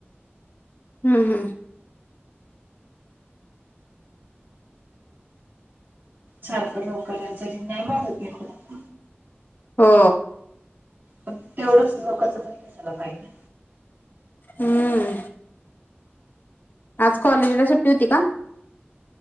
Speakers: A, on the left; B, on the right.
A: हम्म हम्म
B: सारखं लोकला तरी नाही्याय वाजत नाही
A: हो
B: ण तेवढंच लोकच कशाला पाहिजे
A: हम्म आज कॉलेजला सुट्टी होती का